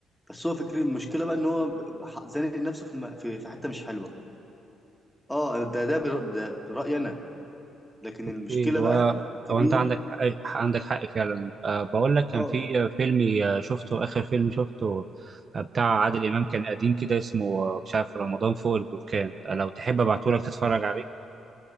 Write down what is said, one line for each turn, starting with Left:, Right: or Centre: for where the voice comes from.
Centre: بس هو فكرة المشكله بقى ان هو ب- ح- زانق نفسه في م- في في حته مش حلوه اه ده ده, بر- ده رايي انا لكن
Right: اوكي
Centre: المشكله
Right: هو
Centre: بقى كبيره
Right: هو انت عندك حق حق- عندك حق فعلا أه بقول لك كان
Centre: اه
Right: في فيلم آه، شفته اخر فيلم شفته آه، بتاع عادل امام كان قديم كده اسمه آه، مش عارف رمضان فوق البركان آه، لو تحب ابعته لك تتفرج عليه